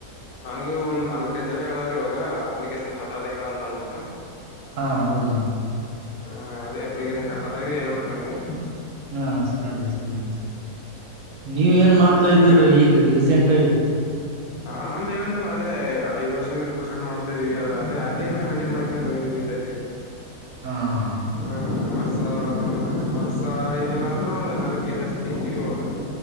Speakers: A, on the left; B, on the right.
A: ನನಗು ಒಂದು ನಾಲ್ಕೈ ಜನ ಹೇಳಾವ್ರಿವಾಗ ಅಪ್ಲಿಕೇಶನ್ ಸ್ಟಾರ್ಟ್ ಆದಾಗ ಹೇಳ ಅಂತ ಅಂದ್ಬಿಟ್ಟ
B: ಹಾ ಹೌದುೌದು
A: ಹ ಅದ ಅಪ್ಲಿಕೇಶಷನ್ ಸ್ಟ್ ಅ್ತದೆಿಡ್ತದೆ ನನಗೆ
B: ಹಾ ಸರಿ ಸರಿ ನೀವ ಏನ್ ಮಾಡ್ತಾ ಇದ್ದೀರೀ
A: ಅಲ್ಲ
B: ಈಗ ರೀಸೆಂಟ್ಗ
A: ಹಾ ನಮ್ದ್ ಹೇಳ್ದನಲ್ಲ ಅದೇಐದ್ ವರ್ಷಿಂದ ಕ ಕುರ್ ಡ್ ಮಾಡ್ತಾ ಇದೀವಿ ಅದ ಅದೇನ ಮೇಂಟೈನ್ ಮಾಡ್ಕೊಂಡ ಅಂತ ಬಯತ ಇದೀವಿ
B: ಹಾ
A: ಹಾ ವರ್ಷ ವರ್ಷ ಏನಿಲ್ಲ ಅಂದ್ರೆ ಒಂದು ನಾಲ್ಕೈದು ಲಕ್ಷ ತಗತಿೀವಿ ಇವಾಗ